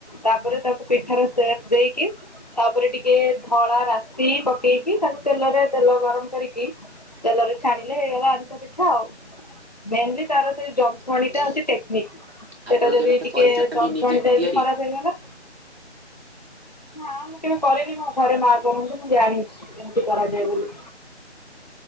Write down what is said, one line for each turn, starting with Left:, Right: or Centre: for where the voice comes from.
Left: ତାପରେ ତାକୁ ପିଠାର ସେପ ଦେଇକି ତାପରେ ଟିକେ ଧଳା ରାଶି ପକେଇକି ତାକୁ ତେଲରେ ତେଲ ଗରମ କରିକି ତେଲରେ ଛାଣିଲେ ଏଇଗଲା ଅଧିକା ପିଠା ଆଉ। ମେନ୍ଲି ତାର ସେ ଯନ୍ତ୍ରଣୀଟା
Right: ଆପଣ
Left: ହଉଛି ଟେକ୍ନିକ୍। ସେଇଟା
Right: ଆପଣ
Left: ଯଦି
Right: କେବେ
Left: ଟିକେ
Right: କରିଛନ୍ତି
Left: ଯନ୍ତ୍ରଣୀ
Right: ନିଜେ
Left: ଟା
Right: ତିଆରି?
Left: ଯଦି ଖରାପ ହେଇଗଲା। ନା ମୁଁ କେବେ କରେନି ମୋ ଘରେ ମା କରନ୍ତୁ ମୁଁ ଜାଣିଛି କେମିତି କରାଯାଏ ବୋଲି।